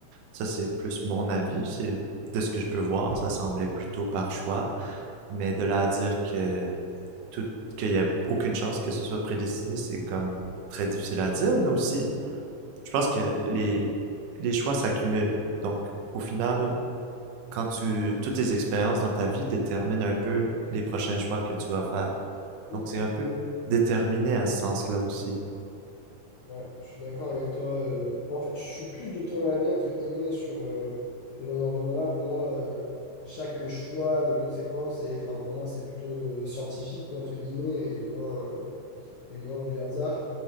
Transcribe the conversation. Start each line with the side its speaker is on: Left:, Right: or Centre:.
Right: Ça, c'est plus mon avis. C'est de ce que je peux voir, ça semblait plutôt par choix. Mais de là à dire que tout, qu'il n'y a aucune chance que ce soit prédestiné, c'est comme très difficile à dire. Mais aussi, je pense que les, les choix s'accumulent. Donc, au final, quand tu, toutes tes expériences dans ta vie déterminent un peu les prochains choix que tu vas faire.
Left: Mhm.
Right: Donc, c'est un peu déterminé à ce sens-là aussi.
Left: Ouais, je suis d'accord avec toi. euh. Bon, en fait, je suis plus de ton avis, entre guillemets, sur euh, les lois en général. Pour moi, euh, chaque choix a des conséquences. Et enfin, pour moi, c'est plutôt euh, scientifique, quoi, entre guillemets, et moins, euh, et moins du hasard.